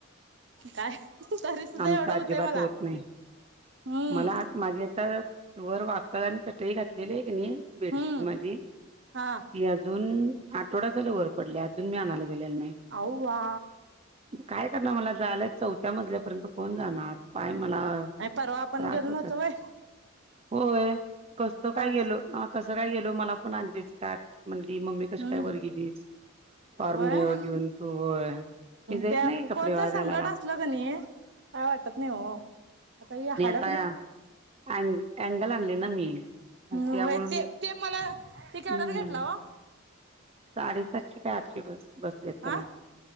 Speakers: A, on the right; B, on the right.
A: काय तरी सुद्धा
B: आमचा
A: एवढं होतय
B: अजिबात
A: मला
B: होत नाही
A: हम्म
B: मला माझी आता वर वाकळ आणि चटई घातलेली आहे की नाही बेडशीट
A: हम्म
B: माझी ती
A: हा
B: अजून. दोन आठवडा झालं वर पडल्या अजून मी आणायला गेलेलो नाही
A: अव्वा
B: काय करणार मला जायला चौथ्या मजल्यापर्यंत कोण जाणार पाय मला
A: आणि परवा आपण
B: त्रास
A: गेल नव्हतो
B: होतात
A: व्हय
B: होय कसं काय गेलो
A: <unintelligible>
B: कसं काय गेलो मला पण आंजीची का म्हणली मम्मी
A: हम्म
B: कशी काय वर गेलीस <unintelligible>
A: व्हय हम्म
B: मी जात
A: ते आप
B: नाही कपडे
A: कोणतं
B: वाळत घालायला
A: संकट असलं का नाही काय वाटत नाही हो आता ही हाड
B: <unintelligible> अँगल आणले ना मी मग
A: होय
B: त्यामुळे
A: ते
B: मी
A: ते मला ते केवढ्याला
B: हम्म
A: घेतलं ओ
B: साडेसातशे का आठशे बसल्यात त्याला
A: हा